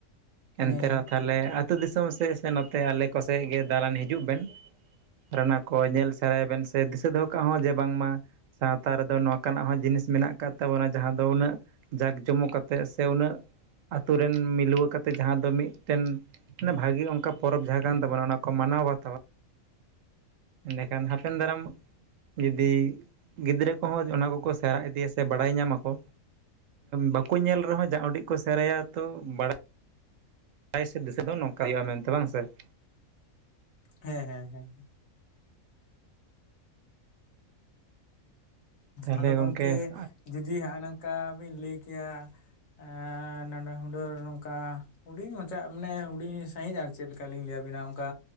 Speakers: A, on the left (about 65°); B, on the right (about 70°).
A: ᱦᱮᱸ
B: ᱮᱱᱛᱮ ᱨᱮᱦᱚ ᱛᱟᱦᱚᱞᱮ ᱟᱹᱛᱩ ᱫᱤᱥᱚᱢ ᱥᱮᱫ ᱥᱮ ᱱᱚᱛᱮ ᱟᱞᱮ ᱠᱚᱥᱮ ᱜᱮ ᱫᱟᱬᱟᱱ ᱦᱤᱡᱩᱜ ᱵᱮᱱ ᱾ ᱨᱮᱱᱟᱜ ᱠᱚ ᱧᱮᱞ ᱥᱮᱨᱟᱭ ᱵᱮᱱ ᱥᱮ ᱫᱤᱥᱟᱹ ᱫᱚᱦᱚ ᱠᱟᱜ ᱦᱚ ᱡᱮ ᱵᱟᱝ ᱢᱟᱼᱼ ᱥᱟᱶᱛᱟ ᱨᱮᱫᱚ ᱱᱚᱝᱠᱟ ᱱᱟᱜ ᱦᱚᱸ ᱡᱤᱱᱤᱥ ᱢᱮᱱᱟᱜ ᱟᱠᱟᱫ ᱛᱟᱵᱚᱱᱟ ᱡᱟᱦᱟ ᱫᱚ ᱩᱱᱟᱹᱜ ᱡᱟᱠ ᱡᱚᱢᱚᱠ ᱟᱛᱼᱼ ᱛᱮᱫ ᱥᱮ ᱩᱱᱟᱹᱜ ᱟᱛᱩ ᱨᱮᱱ ᱢᱤᱞᱳᱣᱟᱹ ᱠᱟᱛᱮᱫ ᱡᱟᱦᱟ ᱫᱚ ᱢᱤᱫᱴᱮᱱᱼᱼ ᱵᱷᱟᱜᱮᱸ ᱚᱱᱠᱟ ᱯᱚᱨᱚᱵᱽ ᱡᱟᱦᱟ ᱠᱟᱱ ᱛᱟᱵᱚᱱᱟ ᱚᱱᱟ ᱠᱚ ᱢᱟᱱᱟᱣ ᱵᱟᱛᱟᱣᱟ ᱾ ᱮᱠᱷᱟᱱ ᱦᱟᱯᱮᱱ ᱫᱟᱨᱟᱢᱼᱼ ᱡᱩᱫᱤ ᱜᱤᱫᱽᱨᱟᱹ ᱠᱚᱦᱚᱸ ᱚᱱᱟ ᱠᱚᱠᱚ ᱥᱮᱬᱟ ᱤᱫᱤᱭᱟ ᱥᱮ ᱵᱟᱲᱟᱭ ᱧᱟᱢᱟ ᱠᱚᱼᱼ ᱵᱟᱠᱚ ᱧᱮᱞ ᱨᱮᱦᱚᱸ ᱡᱟ ᱩᱰᱤᱪ ᱠᱚ ᱥᱮᱬᱟᱭᱟ ᱛᱚ ᱵᱟᱲᱟᱼᱼ ᱟᱭ ᱥᱮᱫ ᱫᱤᱥᱟᱹ ᱫᱚ ᱱᱚᱝᱠᱟ ᱦᱩᱭᱩᱜᱼᱟ ᱢᱮᱱ ᱛᱮ ᱵᱟᱝ ᱥᱮ ᱾
A: ᱦᱮᱸ ᱦᱮᱸ ᱦᱮᱸ ᱾
B: ᱛᱟᱦᱚᱞᱮ
A: ᱟᱫᱚ ᱜᱚᱢᱠᱮ
B: ᱜᱚᱝᱠᱮ
A: ᱡᱩᱫᱤ ᱦᱟᱜ ᱱᱟᱝᱠᱟ ᱵᱤᱱ ᱞᱟᱹᱭ ᱠᱮᱭᱟᱼᱼ ᱮᱻ ᱱᱟᱱᱟ ᱦᱩᱱᱟᱹᱨ ᱱᱚᱝᱠᱟ ᱾ ᱦᱩᱰᱤᱧ ᱢᱟᱪᱟ ᱢᱟᱱᱮ ᱦᱩᱰᱤᱧ ᱥᱟᱺᱦᱤᱡ ᱟᱨ ᱪᱮᱫ ᱞᱮᱠᱟ ᱞᱤᱧ ᱞᱟᱹᱭ ᱟᱵᱤᱱᱟ ᱚᱝᱠᱟ